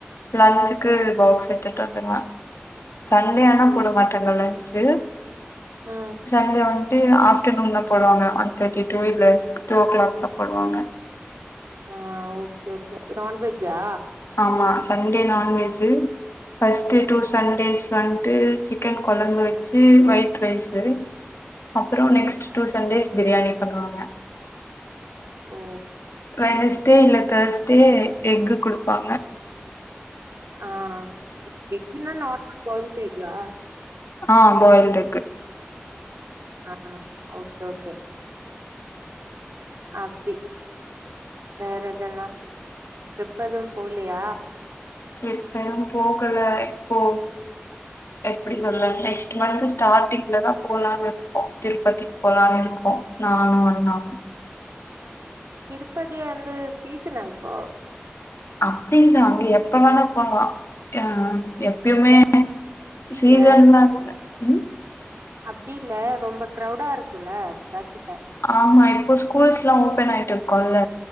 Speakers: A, on the left; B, on the right.
A: லன்சுக்கு
B: ம்
A: பாக்ஸ் எட்டுட் வந்துருவே சண்டே ஆனா
B: ம்
A: போட மாட் டாங்க லன்ச்சு
B: ம்.
A: சண்டே வன் ட்டு ஆஃப்டனுன் தா போடுவாங்க ஒன் தேர்டி டூ‌ இல்ல டூ ஓ கிளாக் தா போடுவாங்க
B: ஆ ஒகே ஒகே நான்வெஜ்ஜா
A: ஆமா சண்டே நான்வெஜ்ஜு பஸ்டு
B: ம்
A: டூ சண்டேஸ் வன்டு சிக்கன் கொழம்பு வெச்சு ஒயிட் ரைஸு அப்ற next two Sundays biryani பண்ணுவாங்க
B: ஓ
A: வெனஸ்டே இல்ல தேர்ஸ்டே எக்கு குடுப்பாங்க
B: ஆ எக்குனா நார்மல் ஃபாய்ல்ட்டு எக்கா
A: ஆ பாயில்டெக்கு
B: ஆ ஓகே ஓகே அப்டி வேற எதெல்லா ட்ரிப் எதும் போலையா
A: டிரிப் எதும் போகல இப்போ எப்டி சொல்ல நெக்ஸ்ட் மந்த் ஸ்டார்டிங்ல தா போலான்னு இருக்கோ திருப்பதி போலானு இருக்கோ நானு அண்ணாவு
B: திருப்பதி வந்து சீசனா இப்போ
A: அப்டி இல்ல அங்க எப்ப வேணா போலா ஆ எப்பயுமே
B: ஏன் அப்டி
A: சீசன்லா
B: இல்ல
A: ம்
B: அப்டி இல்ல ரொம்ப கிரௌடா இருக்குல்ல அதுதா கேட்ட
A: ஆமா இப்போ ஸ்கூல்ஸ்ல்லா ஓப்பன் ஆயிட்டு இருக்கும்ல்ல